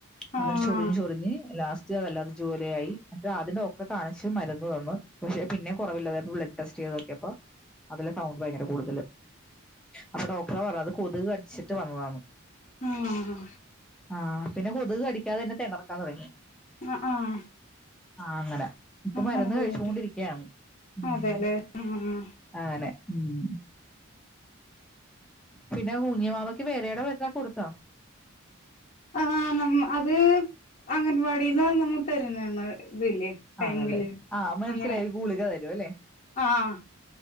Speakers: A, on the left; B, in the centre.
A: ആഹ്
B: അന്നിട്ട് ചൊറിഞ്ഞ് ചൊറിഞ്ഞ് ലാസ്റ്റ് അലജി പോലെ ആയി എന്നിട്ട് ആദ്യം ഡോക്ടറെ കാണിച്ച് മരുന്ന് തന്ന് പഷേ പിന്നെ കൊറവില്ല അതായത് ബ്ലഡ് ടെസ്റ്റ് ചെയ്ത് നോക്കിപ്പാ അതില് കൗണ്ട് ഭയങ്കര കൂടുതല് അപ്പോ ഡോക്ടറ പറഞ്ഞത് അത് കൊതുക് കടിച്ചിട്ട് വന്നതാന്ന്
A: ആഹ് ആഹ്
B: ആഹ് പിന്നെ കൊതുക് കടിക്കാതെ തന്നെ തെണർക്കാൻ തൊടങ്ങി
A: ആഹ് ആഹ്
B: ആഹ് അങ്ങനെ ഇപ്പോ
A: അങ്ങനെ
B: മരുന്ന്
A: ബുദ്ധിമുട്ട്
B: കഴിച്ചോണ്ടിരിക്കയാണ് ഉം
A: അതെല്ലേ ആഹ്
B: അങ്ങനെ ഉം പിന്നെ കുഞ്ഞുവാവക്ക് വേരെ മരുന്നക്കെ കൊടുത്താ
A: ആഹ് അത് അംഗൻവാടിന്ന് നമ്മ തരുന്നതാണ് ഇതില്ലേ ടൈമില്
B: ആണല്ലേ ആഹ് മനസ്സിലായി
A: അങ്ങനെ
B: ഗൂളിക തരും അല്ലേ
A: ആഹ് ആഹ്